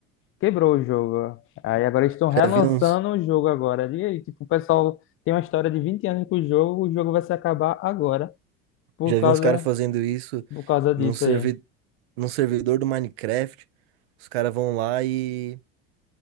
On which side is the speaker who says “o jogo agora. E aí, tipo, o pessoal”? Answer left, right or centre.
Left